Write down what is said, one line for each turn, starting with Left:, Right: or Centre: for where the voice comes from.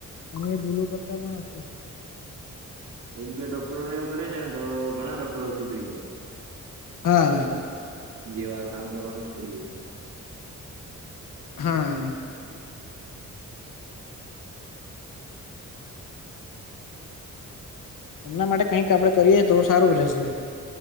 Left: અને ભૂલો કરતા પણ અટકે.
Right: એક બે ડોક્ટરોને એવું કરીએ જાય ને તો ઘણા ડોક્ટરો સુધરી જાય.
Left: હા.
Right: -જેવા કામ કરવાનું છોડી દેય.
Left: હા. એમના માટે કઈક આપડે કરીએ, તો સારું રહેશે.